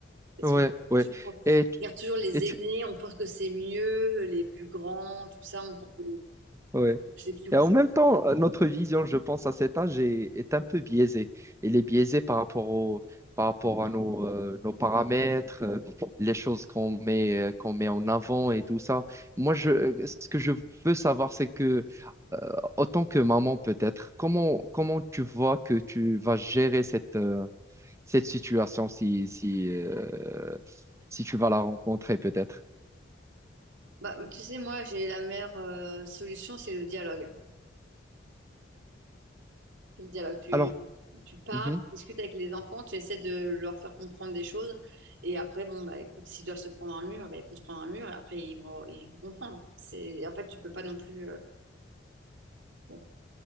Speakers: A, on the right; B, on the right.
A: Parce
B: Ouais,
A: qu'on
B: ouais.
A: toujours-
B: Et, tu-
A: on regarde toujours les
B: et, tu-
A: aînés, on pense que c'est mieux, les plus grands, tout ça, on pense que
B: ouais.
A: c'est plus
B: Et
A: cool.
B: en même temps, euh, notre vision, je pense, à cet âge est, est un peu biaisée. Elle est biaisée par rapport au, par rapport à nos, euh, nos paramètres, euh, les choses qu'on met, euh, qu'on met en avant et tout ça. Moi, je, euh, ce que je veux savoir, c'est que, euh, autant que maman peut-être, comment, comment tu vois que tu vas gérer cette, euh, cette situation si, si, euh, si tu vas la rencontrer peut-être.
A: Bah, tu sais, moi, j'ai la meilleure euh, solution, c'est le dialogue. C'est le dialogue. Tu,
B: Alors,
A: tu parles,
B: mhm.
A: tu discutes avec les enfants, tu essaies de leur faire comprendre des choses. Et après, bon, bah écoute, s'ils doivent se prendre un mur, bah, ils vont se prendre un mur et après, ils vont, ils vont comprendre. C'est, en fait, tu peux pas non plus. euh, bon,